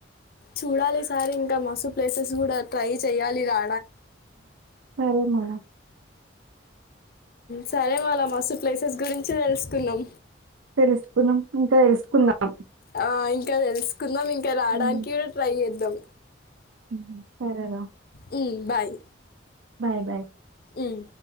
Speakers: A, on the left; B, on the right.
A: చూడాలి ఈసారి ఇంకా మస్తు ప్లేసెస్ కూడా ట్రై చెయ్యాలి రా
B: సరే మల
A: సరే మళా మస్తు ప్లేసెస్ గురించి తెలుసుకున్నాం
B: తెలుసుకున్నాం ఇంకా తెలుసుకుందాం
A: ఆ ఇంకా తెలుసుకుందాం ఇంకా రాడానికి
B: ఉమ్,
A: కూడా ట్రై చేద్దాం
B: ఉమ్. సరేరా
A: మ్మ్ బాయ్
B: బాయ్ బాయ్
A: ఉమ్